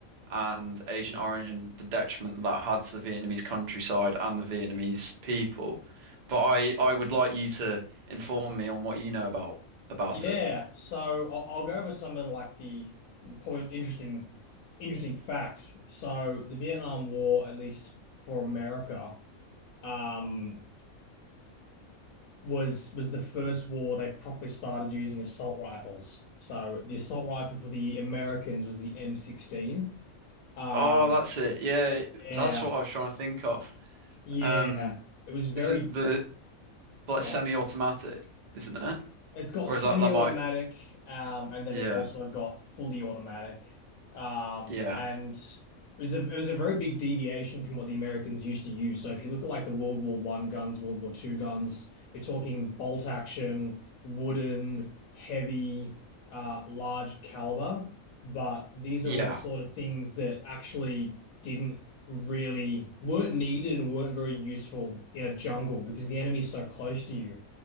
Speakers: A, on the right; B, on the left.
A: and Agent Orange and the detriment that had to the Vietnamese countryside and the Vietnamese people, but I, I would like you to inform me on what you know about about
B: Yeah.
A: it.
B: So I'll, I'll go over some of like the probably interesting, interesting facts. So the Vietnam War, at least for America, um, was was the first war they properly started using assault rifles. So the assault rifle for the Americans was the M16. Um,
A: Oh, that's it. Yeah,
B: yeah,
A: that's what I was trying to think of.
B: yeah,
A: Um,
B: it was very
A: is it the like
B: gone.
A: semi-automatic, isn't it?
B: It's got
A: Or
B: semi-automatic,
A: is that that might?
B: um, and then
A: Yeah,
B: it's also got fully automatic. Um,
A: yeah,
B: and it was a it was a very big deviation from what the Americans used to use. So if you look at like the World War One guns, World War Two guns, you're talking bolt action, wooden, heavy, uh, large caliber. But these
A: yeah,
B: are all sort of things that actually didn't really weren't needed and weren't very useful in a jungle because the enemy's so close to you.